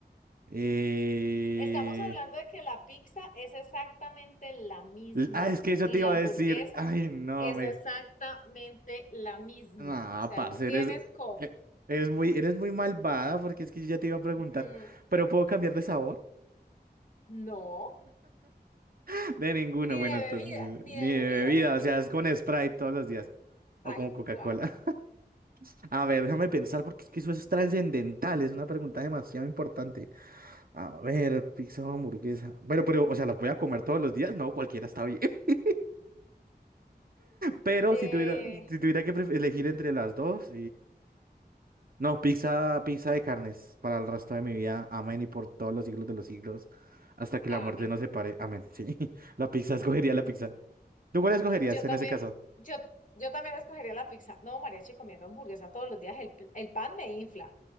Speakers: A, on the right; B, on the left.
A: Eh...
B: Estamos hablando de que la pizza es exactamente la misma
A: l- Ah, es que eso
B: y
A: te iba
B: la hamburguesa
A: a decir. Ay, no,
B: es
A: me...
B: exactamente la misma.
A: Ah,
B: O sea,
A: parce,
B: no tienes
A: eres,
B: cómo.
A: e- eres muy, eres muy malvada porque es que yo ya te iba a preguntar,
B: Mm,
A: ¿pero puedo cambiar de sabor?
B: no,
A: <laughs> De ninguno,
B: ni
A: bueno,
B: de
A: entonces,
B: bebida, ni
A: mi
B: de
A: bebida,
B: bebida siquiera.
A: o sea, es con Sprite todos los días, o
B: Tal
A: con Coca-Cola.
B: cual.
A: <laughs> A ver, déjame pensar porque es que eso es trascendental, es una pregunta demasiado importante. A ver, pizza o hamburguesa. Bueno, pero, o sea, ¿las voy a comer todos los días? No, cualquiera está bien. <laughs> Pero
B: Eh,
A: si tuviera, si tuviera que pref- elegir entre las dos, No, pizza, pizza de carnes para el resto de mi vida. Amén y por todos los siglos de los siglos. Hasta que
B: amén.
A: la muerte nos separe. Amén. Sí. <laughs> La pizza, escogería la pizza. ¿Tú cuál escogerías
B: Yo
A: en
B: también,
A: ese caso?
B: yo, yo también escogería la pizza. No, mariachi comiendo hamburguesa todos los días. El, pl- el pan me infla.